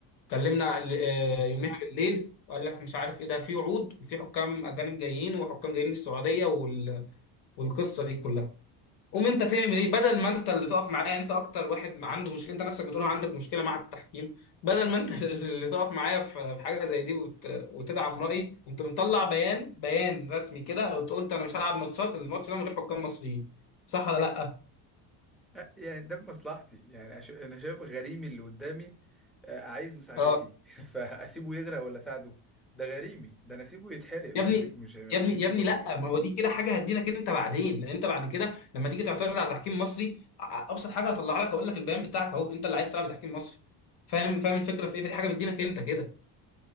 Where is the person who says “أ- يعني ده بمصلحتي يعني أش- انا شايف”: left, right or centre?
Centre